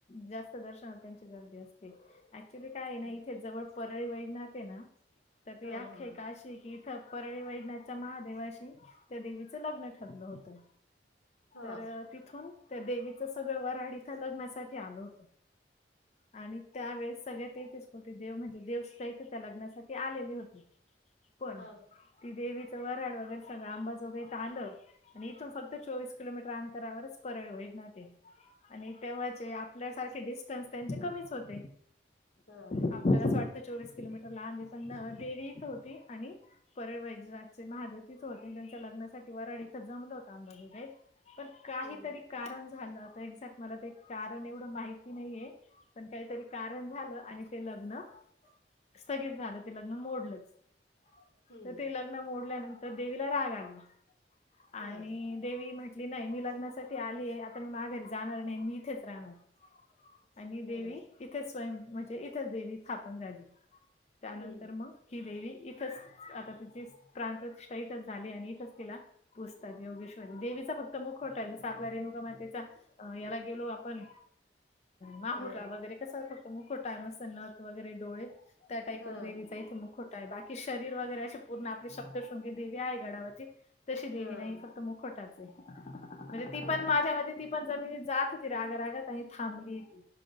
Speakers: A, on the left; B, on the left.
A: जास्त दर्शना त्यांची गर्दी असते ऍक्च्युली काय आहे ना
B: हं.
A: इथे जवळ परळी वई नाते ना तर ती
B: हां,
A: अख्खे
B: हां, हां.
A: काशी की त्या परळी वैणाच्या महादेवाशी त्या देवीचं लग्न ठरलं होतं.
B: हां,
A: तर तिथून त्या देवीचं सगळं वराड इथं लग्नासाठी आलं होतो. आणि त्यावेळेस सगळ्या ते तीस कोटे देव म्हणजे देवस्थ इथं त्या लग्नासाठी आलेली होते. पण
B: हां.
A: ती देवीचा वराड वगैरे सगळं आंबाजोगायत आलं. आणि इथून फक्त चोवीस किलोमीटर अंतरावरच परवे वेग ना ते. आणि तेव्हाचे आपल्यासारखे डिस्टन्स त्यांचे, कमीच होते.
B: हा.
A: आपल्याला असं वाटतं, चोवीस किलोमीटर लांबे पण देवी तर होती आणि. परळ वैजनाथचे महादेव तिचं होते आणि त्यांच्या लग्नासाठी वारड इथं जमलं होता आंबाजोगई पण काहीतरी
B: हं,
A: कारण झालं आता एक्झक् मला ते कारण एवढं माहिती नाहीये पण काहीतरी कारण झालं आणि ते लग्न स्थगित झालं ते लग्न मोडलच
B: हं.
A: तर ते लग् तिनं मोडल्यानंतर देवीला राग आला आणि
B: हां,
A: देवी म्हटली नाही मी लग्नासाठी आली आहे, आता मी माघारी जाणार नाही मी इथेच राहणार. आणि देवी
B: हां.
A: इथेच स्वयं म्हणजे इथेच देवी स्थापन झाली. त्यानंतर
B: हं.
A: मग ही देवी इथच आता तिची प्राण प्रतिष्ठा इथच झाली आणि इथंच तिला. पुजतात योगेश्वरी देवीचा फक्त मुख खोटा आहे जस आपला रेणुका मातेचा. याला गेलो आपण माहुर
B: हां,
A: रा वगैरे कसा फ ग खोटामसत नथ वगैरे डोळे त्या टाईपच
B: हां,
A: देवीचाथ मुखव बाकी शरीर वगैरे अशी पूर्ण, आपली सप्तश्रृंगी देवी आहे गडावरची. तशी देवी
B: हां.
A: नाही ही फक्त मुखोटाच आहे, म्हणजे ती
B: ओके.
A: पण माझ्यामते ते जमीनीत जात होती राग रागात आणि थांबली ती,